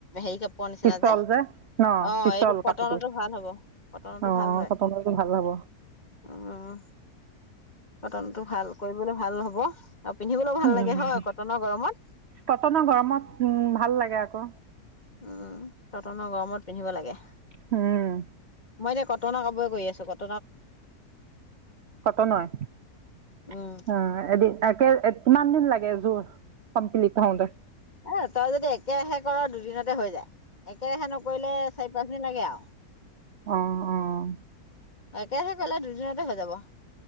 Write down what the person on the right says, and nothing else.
পিছল
ন
পিছল
কাপোৰটো
অ
কটনৰটো ভাল হ'ব
উম
কটনৰ গৰমত উম ভাল লাগে আকৌ
উম
কটনৱে
অ একে এদিন কিমান দিন লাগে <inaudible> কম্পিলিত হওতে
অহ অহ